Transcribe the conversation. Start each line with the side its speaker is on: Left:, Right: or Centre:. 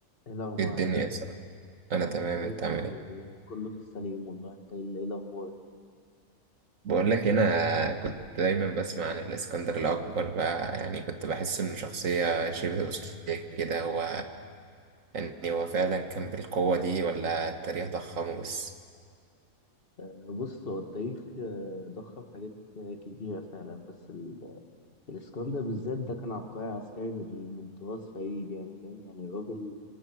Left: ايه الاخبار
Right: إيه الدنيا
Left: عامل ايه
Right: يا صاحبي؟ انا تمام
Left: زي
Right: انت
Left: الفل
Right: عامل ايه
Left: والله كله في السليم والله انت ايه ايه الاخبار
Right: بقول لك انا كنت دايما بسمع عن الاسكندر الاكبر بقى يعني كنت بحس انه شخصيه شبه اسطوريه كده هو يعني هو فعلا كان بالقوه دي ولا التاريخ ضخمه بس
Left: آه، بص هو التاريخ آه، ضخم حاجات آه، كتيره فعلا بس ال- الاسكندر بالذات ده كان عبقري عسكري من من طراز فريد يعني فاهم يعني الراجل